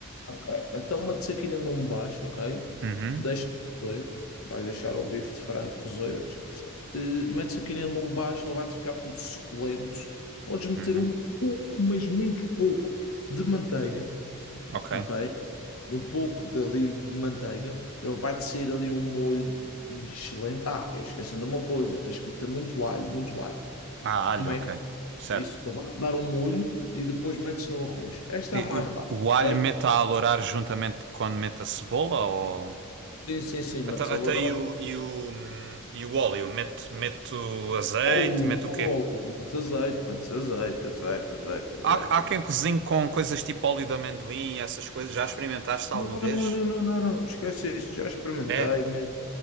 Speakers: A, on the left; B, on the right.
A: ok. Então, metes aquilo em lume baixo, ok?
B: Uhum,
A: Deixa cozer, vais deixar o bife de frango cozer, eh, metes aquilo em lombo baixo, ele vai-te ficar todo suculento. Podes meter
B: uhum.
A: um pouco, mas muito pouco, de manteiga,
B: Ok.
A: ok? De um pouco dali de manteiga. Ele vai-te sair ali um molho excelente. Ah, eu esqueci de uma coisa, tens que meter muito alho, muito alho.
B: Ah, alho,
A: Mas
B: ok. Certo.
A: isso, ele vai-te dar um molho e depois metes no arroz. Esta
B: E
A: é a mais
B: o,
A: básica,
B: o alho
A: ok?
B: mete a alourar juntamente quando mete a cebola ou
A: Tens em cima
B: até,
A: de
B: até
A: sal de óleo,
B: e o e o, hum, e o óleo, mete mete o azeite,
A: óleo,
B: mete o
A: óleo,
B: quê?
A: metes azeite, metes azeite, azeite, azeite, azeite,
B: Há, há quem cozinhe com coisas tipo óleo de amendoim, essas coisas. Já experimentaste alguma
A: Não, não,
B: vez?
A: não, não, não, não. Esquece isso, já experimentei,
B: É.
A: mas